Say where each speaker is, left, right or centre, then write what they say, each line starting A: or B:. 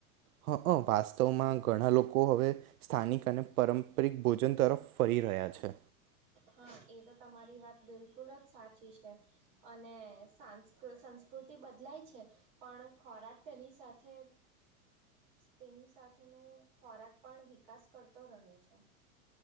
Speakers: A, on the right (about 70°); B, on the right (about 55°).
A: હા અ વાસ્તવમાં ઘણા લોકો હવે સ્થાનિક અને પારંપરિક ભોજન તરફ ફરી રહ્યા છે
B: હા એ તો તમારી વાત બિલકુલ જ સાચી છે અને સા સંસ્કૃતિ બદલાય છે પણ ખોરાક તેની સાથે તેની સાથેનું ખોરાક પણ વિકાસ કરતો રહે છે